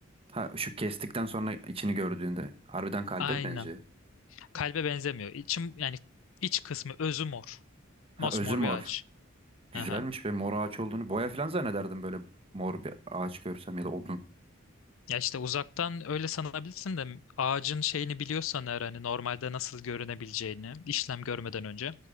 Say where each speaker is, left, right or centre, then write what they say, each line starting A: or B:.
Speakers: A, on the right; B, on the left.
A: Ha şu kestikten sonra içini gördüğünde harbiden kalbe
B: Aynen.
A: mi benziyor?
B: Kalbe benzemiyor. İçim yani iç kısmı özü mor.
A: Ha
B: Mosmor
A: özü mor.
B: bir ağaç.
A: Güzelmiş
B: Aha.
A: be mor ağaç olduğunu. Boya falan zannederdim böyle mor bir ağaç görsem ya da odun.
B: Ya işte uzaktan öyle sanabilirsin de ağacın şeyini biliyorsan eğer hani normalde nasıl görünebileceğini işlem görmeden önce